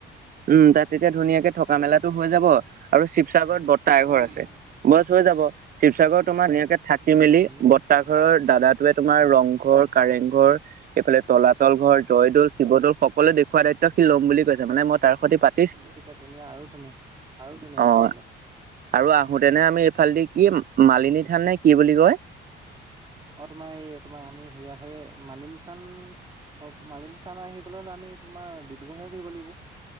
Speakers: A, on the right; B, on the right.
A: উম' তাত তেতিয়া ধুনীয়াকে থকা মেলাটো হৈ যাব আৰু শিৱসাগৰত বট্টা এঘৰ
B: উম
A: আছে।
B: উম
A: বছ হৈ যাব। শিৱসাগৰত তোমাৰ ধুনীয়েকে থাকি-
B: ধুনীয়া
A: মেলি
B: ধুনীয়া
A: বৰ্তা ঘৰৰ দাদাটোৱে তোমাৰ
B: হয়
A: ৰংঘৰ-
B: হয়
A: কাৰেংঘৰ এইফালে তলাতল ঘৰ,
B: হয়
A: জয়দৌল- শিৱদৌল সকলো দেখওৱা দায়িত্ব সি লম বুলি কৈছে, মান মই তাৰ সৈতে পাত-
B: এই তেতিয়া ধুনীয়া, আৰু ধুনীয়া আৰু ধুনীয়া তেতিয়াহ'লে।
A: অ আৰু আহোতেনে আমি এইফালেদি কি মালিনী থান নে কি বুলি কয়?
B: অঁ' তোমাৰ এই তোমাৰ আমি সেয়া হয় মালিনি থান- অ মালিনী থানা আহিবলে হ'লে আমি তোমাৰ ডিব্ৰুগড় হৈ ঘূৰিব লাগিব।